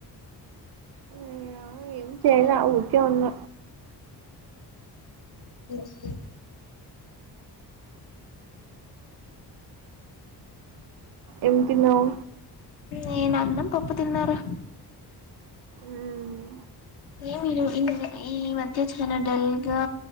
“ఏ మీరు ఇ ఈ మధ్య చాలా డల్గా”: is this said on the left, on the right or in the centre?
Left